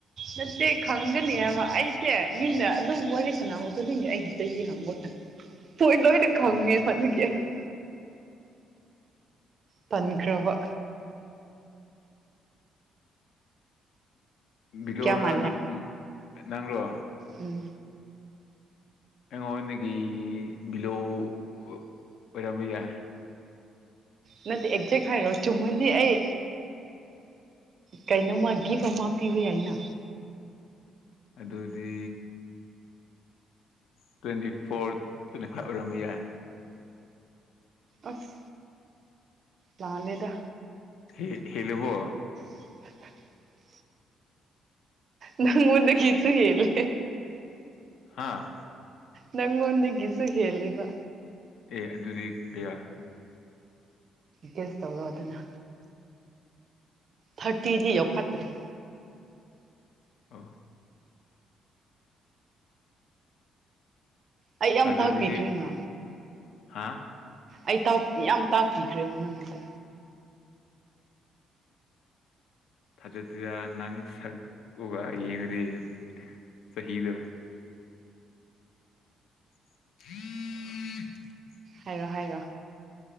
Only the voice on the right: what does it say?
ꯅꯠꯇꯦ ꯈꯪꯒꯅꯤ ꯍꯥꯏꯕ ꯑꯩꯁꯦ ꯃꯤꯅ ꯑꯗꯨꯝ ꯋꯥꯔꯤ ꯁꯥꯟꯅꯝꯕ ꯈꯨꯗꯤꯡꯒꯤ ꯑꯩꯒꯤ ꯆꯍꯤ ꯍꯪꯕ ꯍꯣꯏꯗ ꯂꯣꯢꯅ ꯈꯪꯉꯦꯕ ꯑꯗꯨꯒꯤ ꯑꯩꯅ ꯇꯟꯈ꯭ꯔꯕ
ꯀꯌꯥ ꯃꯥꯜꯂꯦ
ꯎꯝ
ꯅꯠꯇꯦ ꯑꯦꯛꯖꯦꯛ ꯍꯥꯏꯔꯣ ꯆꯨꯝꯃꯗꯤ ꯑꯩ ꯀꯩꯅꯣꯝꯃ ꯒꯤꯐ ꯑꯃ ꯄꯤꯕ ꯌꯥꯏꯅ
ꯑꯁ ꯂꯥꯟꯂꯦꯗ
<unintelligible> ꯅꯪ ꯉꯣꯟꯗꯒꯤꯁꯨ ꯍꯦꯂꯦ
ꯅꯪ ꯉꯣꯟꯗꯒꯤꯁꯨ ꯍꯦꯜꯂꯦꯕ
ꯒꯦꯁ ꯇꯧꯔꯣ ꯗꯅ ꯊꯔꯇꯤꯗꯤ ꯌꯧ ꯐꯠꯇꯔꯤ
ꯑꯩ ꯌꯥꯝ
ꯇꯥꯛꯄꯤꯈ꯭ꯔꯤꯅ
ꯑꯩ ꯌꯥꯝ ꯇꯥꯛꯄꯤꯈ꯭ꯔꯦꯕ ꯅꯪꯉꯣꯟꯗ
ꯍꯥꯏꯔꯣ ꯍꯥꯏꯔꯣ